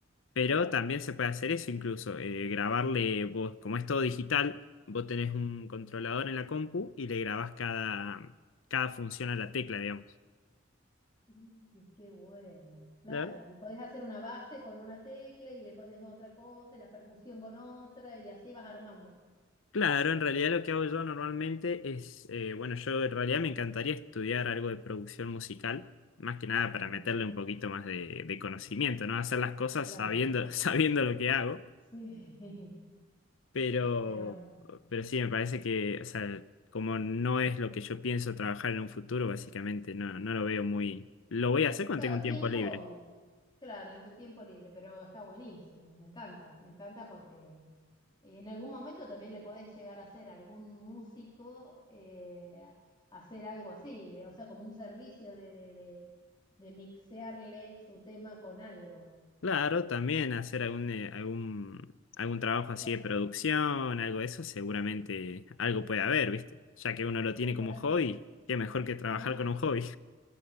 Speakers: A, on the left (about 80°); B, on the left (about 25°).
A: pero
B: Claro.
A: también se puede hacer eso incluso, eh, grabarle vos, como es todo digital, vos tenés un controlador en la compu y le grabás cada, cada función a la tecla, digamos.
B: Mm, qué bueno, claro.
A: Claro,
B: Y podés hacer una base con una tecla y le pones otra cosa, y la percusión con otra, y así vas armando.
A: claro, en realidad lo que hago yo normalmente es, eh, bueno, yo en realidad me encantaría estudiar algo de producción musical, más que nada
B: Ujú,
A: para meterle un poquito más de, de conocimiento, ¿no? Hacer las cosas
B: Claro,
A: sabiendo, <laughs> sabiendo lo que hago,
B: sí. <laughs>
A: pero,
B: Uf, pero
A: pero sí me parece que, o sea, como no es lo que yo pienso trabajar en un futuro, básicamente no, no lo veo muy... Lo voy a hacer cuando
B: claro,
A: tenga un
B: es
A: tiempo
B: bien hobby,
A: libre.
B: claro, en tu tiempo libre, pero está buenísimo, me encanta, me encanta porque en algún momento también le podés llegar a hacer a algún músico eh, hacer algo así, de, o sea, como un servicio de, de, de de mixearle su tema con algo.
A: Claro, también hacer algún, eh, algún, algún trabajo así
B: Sí,
A: de producción, algo de eso, seguramente algo puede haber, ¿viste? Ya que uno lo tiene
B: Claro,
A: como hobby, qué mejor que trabajar
B: no,
A: con un hobby.